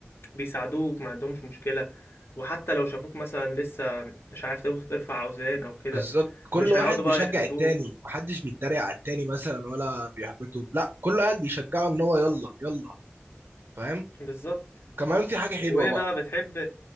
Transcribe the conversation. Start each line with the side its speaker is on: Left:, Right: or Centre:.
Left: بيساعدوك ما عندهمش مشكله وحتى لو شافوك مثلا لسه مش عارف ترفع اوزان او كده
Right: بالظبط كل
Left: مش
Right: واحد
Left: هيقعدوا
Right: بيشجع
Left: بقى يحبطوك
Right: التاني محدش بيتريق على التاني مثلا ولا بيحبطه لا كل واحد بيشجعه ان هو يلا يلا فاهم
Left: بالظبط
Right: وكمان في حاجه حلوه
Left: وايه
Right: بقى
Left: بقى بتحب